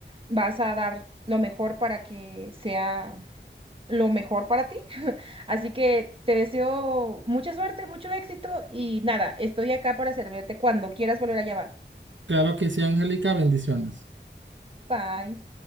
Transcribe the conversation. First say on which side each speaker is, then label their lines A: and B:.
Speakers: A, on the right (about 30°); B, on the right (about 80°).
A: Vas a dar lo mejor para que sea lo mejor para ti. <laughs> Así que te deseo mucha suerte, mucho éxito y nada, estoy acá para servirte cuando quieras volver a llamar.
B: Claro que sí, Angélica, bendiciones.
A: Bye.